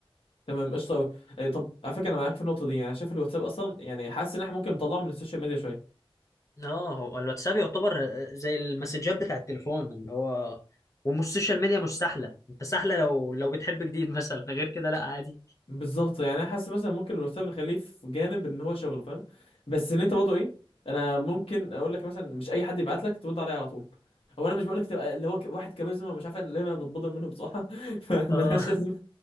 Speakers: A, on the left (about 75°); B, on the left (about 35°).
A: تمام قشطة أوي إيه، طب على فكرة أنا معاك في النقطة دي يعني شايف الواتساب أصلا يعني حاسس إن إحنا ممكن نطلعه من السوشيال ميديا شوية
B: اه هو الواتساب يعتبر آه، زي المسجات بتاع التليفون اللي هو ومش سوشيال ميديا مش سهله انت سهله لو لو بتحب جديد مثلا غير كده لا عادي
A: بالظبط يعني أنا حاسس مثلا ممكن الواتساب نخليه في جانب إن هو شغله فاهم بس إن أنت برضه إيه أنا ممكن أقول لك مثلا مش أي حد يبعت لك ترد عليه على طول هو أنا مش بقول لك تبقى اللي هو ك- واحد كاريزما مش عارف أنا اللي أنا بتبضل منه بصراحة <laughs> فملهاش
B: اه
A: لازمة